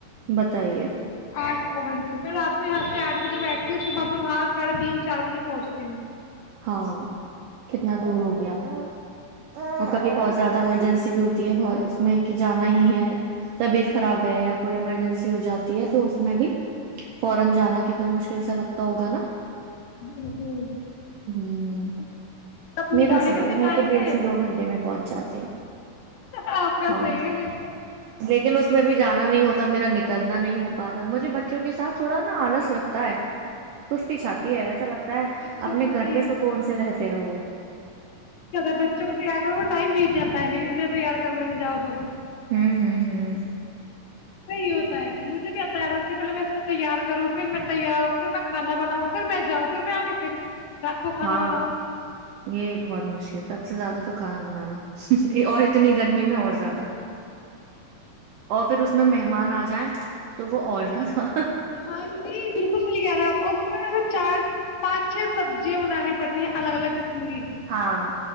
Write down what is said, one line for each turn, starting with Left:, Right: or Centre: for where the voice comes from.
Right: بتائیے
Left: آٹھ نو گھنٹے میں رات کو یہاں سے آٹھ بجے بیٹھتی ہوں صبح میں وہاں سڑھے تین چار بجے پہنچتی ہوں
Right: ہاں کتنا دور ہو گیا وہ کبھی پہنچ زیادہ ایمرجنسی بھی ہوتی ہے بہت اس میں کہ جانا ہی ہے طبیعت خراب ہے یا کوئی ایمرجنسی ہو جاتی ہے تو میں بھی <unintelligible>
Left: بالکل
Right: ہوں
Left: اپنی
Right: میرا
Left: گاڑی
Right: صحیح
Left: کر کے
Right: ہے میں
Left: جائیں
Right: تو ڈیھ
Left: گے
Right: سے دو گھنٹے میں پہنچاتے ہیں
Left: آپ کا
Right: ہاں
Left: صحیح ہے میں
Right: لیکن اس میں بھی جانا نہیں ہوتا تو میرا نکلنا نہیں ہو پا ب مجھے بچوں کے ساتھ تھوڑا نا آلس لگتا ت سستی چھاتی ہے ایسا لگتا ہے
Left: <inaudible> <unintelligible> جتا
Right: اپنے گھر پہ سکون سے رہتے رہو
Left: ہے پھر اتنے تیار کرنے میں جاؤ تو
Right: ہوں ہوں ہوں
Left: نہیںی ہوتا ہے مجھ بھی آتا ہے رہ پلے میں اس کو تیار کروں پھر میں تیار ہوں پھر میں کھانا بناؤں پھر میں جاؤں پھر میں آ کے پھر رات کو کھانا
Right: ہاں
Left: بناؤں
Right: یہ بہت مشکل سب سے زیادہ تو کھانا بنانا سی اور اتنی گرمی میں اور زیادہ اور پھر اس میں مہمان آ جائیں تو وہ اور زیادہ
Left: ہاں جی بالکل صحی کہہ رہے کو ہمیں چار پانچ چھ سبزیاں بنانی پڑتی ہیں الگ الگ قسم کی
Right: ہاں